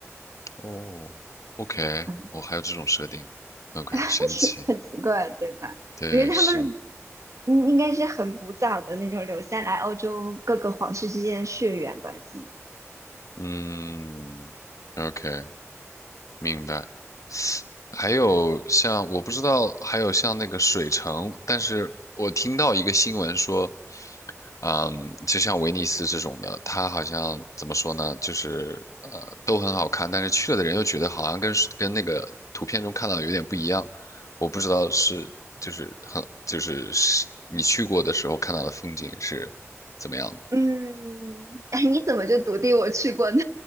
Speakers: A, on the left; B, on the right.
A: 哦，OK，
B: 嗯，
A: 我还有这种设定，OK，
B: <laughs>
A: 神奇，
B: 很奇怪，对吧？
A: 对，
B: 因为他们
A: 是，
B: 嗯应该是很古早的那种留下来欧洲各个皇室之间的血缘关系。
A: 嗯，OK，明白。还有像我不知道，还有像那个水城，但是我听到一个新闻说，嗯，就像威尼斯这种的，它好像怎么说呢，就是呃都很好看，但是去了的人又觉得好像跟跟那个图片中看到的有点不一样，我不知道是就是很就是是你去过的时候看到的风景是怎么样
B: 嗯，<laughs> 哎，你怎么就笃定我去过呢？